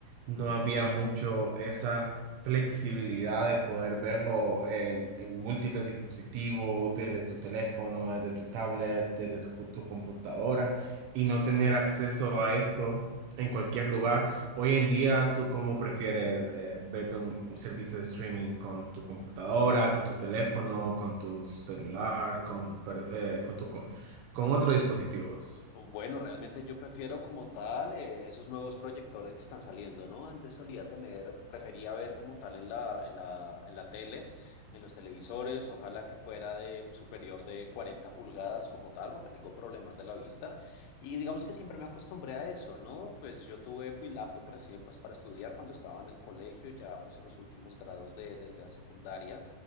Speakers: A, on the right (about 80°); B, on the left (about 90°).
A: no había mucho esa flexibilidad de poder verlo en, en múltiples dispositivos, desde tu teléfono, desde tu tablet, desde tu tu computadora, y no tener acceso a esto en cualquier lugar Hoy en día, ¿tú cómo prefieres eh, ver un, un servicio de streaming con tu computadora, con tu teléfono, con tu celular, con, per- eh, con, tu, co- con otros dispositivos?
B: O Bueno, realmente yo prefiero como tal eh, esos nuevos proyectores que están saliendo, ¿no? Antes solía tener, prefería ver como tal en la, en la, en la tele, en los televisores, ojalá que fuera de superior de 40 pulgadas como tal, porque tengo problemas de la vista. Y digamos que siempre me acostumbré a eso, ¿no? Pues yo tuve mi laptop recién pues para estudiar cuando estaba en el colegio, ya pues en los últimos grados de, de la secundaria.